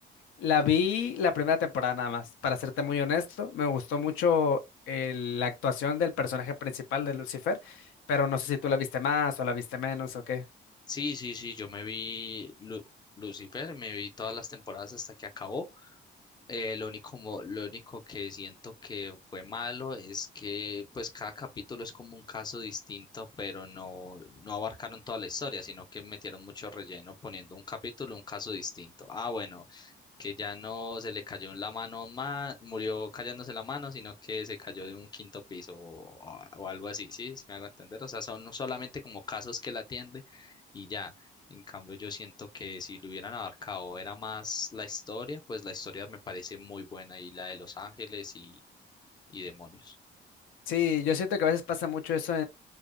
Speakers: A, on the left; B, on the left.
A: La vi la primera temporada nada más, para serte muy honesto. Me gustó mucho el- la actuación del personaje principal de Lucifer, pero no sé si tú la viste más o la viste menos o qué.
B: Sí, sí, sí, yo me vi Lu- Lucifer, me vi todas las temporadas hasta que acabó. Eh, lo único, mo- lo único que siento que fue malo es que pues cada capítulo es como un caso distinto, pero no, no abarcaron toda la historia, sino que metieron mucho relleno poniendo un capítulo, un caso distinto. Ah, bueno, que ya no se le cayó en la mano más, murió cayéndose la mano, sino que se cayó de un quinto piso o, o algo así, ¿sí? Si me hago entender. O sea, son solamente como casos que la atiende y ya. En cambio, yo siento que si lo hubieran abarcado era más la historia, pues la historia me parece muy buena y la de Los Ángeles y, y demonios.
A: Sí, yo siento que a veces pasa mucho eso